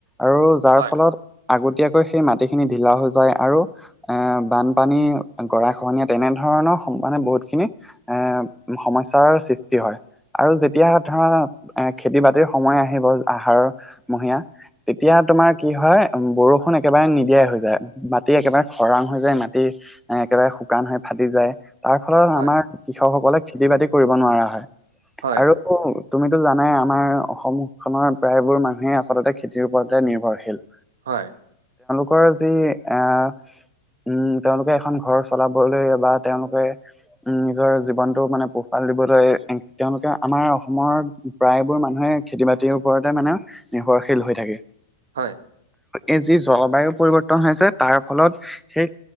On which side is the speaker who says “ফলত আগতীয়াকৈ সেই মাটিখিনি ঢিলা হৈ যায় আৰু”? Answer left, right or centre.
Centre